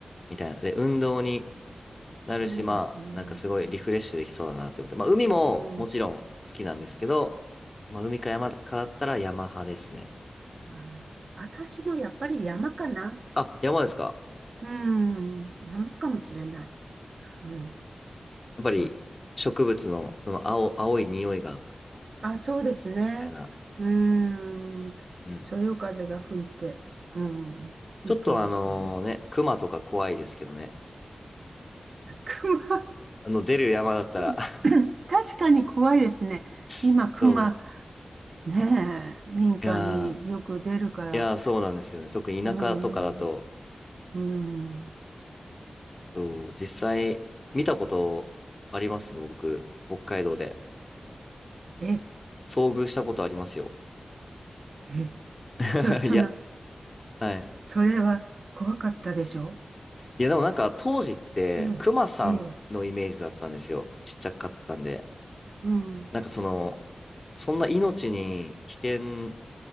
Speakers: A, on the left; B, on the right.
A: みたいな。で、運動になるし、
B: そうですね。
A: まあ、なんかすごいリフレッシュできそうだなって思って。まあ、海ももちろん好きなんですけど、
B: うん。
A: まあ、海か山かだったら山派ですね。
B: はい。私もやっぱり山かな。
A: あ、山ですか
B: うん。山かもしれない。うん。
A: やっぱり植物のその青、
B: そう。
A: 青い匂いが、
B: あ、そうですね。
A: みたいな。
B: うん。
A: うんうん。
B: そよ風が吹いて、うん。いいかもしれない。
A: ちょっとあのね、熊とか怖いですけどね。
B: 熊。
A: あの、出る山だったら
B: うん <coughs> 確かに怖いですね。今、
A: <laughs>
B: 熊。
A: そう。
B: ねえ、民家によく出るから。
A: いやー、いやー、そうなんですよね。特に田舎とかだと、
B: うん。うん。
A: そう実際見たことありますもん、僕、北海道で。
B: え、
A: 遭遇したことありますよ。
B: え、
A: <laughs>
B: そ、そんな、
A: いや、はい。
B: それは怖かったでしょ
A: いや、でもなんか当時って、
B: ええ、
A: クマさんのイメージだったんですよ。
B: ええ、
A: ちっちゃかったんで。
B: うん、
A: なんかその、そんな命に危険